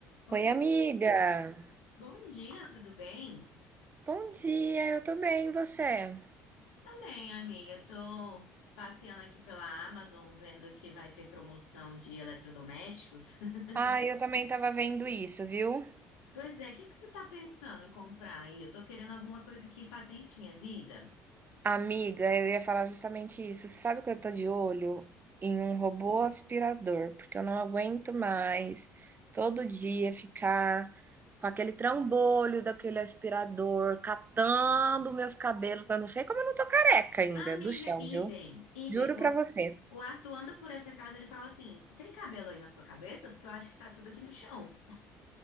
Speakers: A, on the left; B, on the right.
A: Oi,
B: Oi, amiga!
A: bom dia, tudo bem?
B: Bom dia, eu tô bem, e você?
A: Também, amiga, tô passeando aqui pela Amazon, vendo que vai ter promoção de eletrodomésticos. <laughs>
B: Ah, eu também tava vendo isso, viu?
A: Pois é, o que que você tá pensando em comprar aí? Eu tô querendo alguma coisa que facilite minha vida.
B: Amiga, eu ia falar justamente isso. Sabe que eu tô de olho em um robô aspirador, porque eu não aguento mais todo dia ficar com aquele trambolho daquele aspirador, catando meus cabelos, que eu não sei como eu não tô careca ainda
A: Amiga,
B: do chão,
A: idem,
B: viu?
A: idem.
B: Juro
A: O,
B: pra você.
A: o Arthur anda por essa casa, ele fala assim, tem cabelo aí na sua cabeça? Porque eu acho que tá tudo aqui no chão.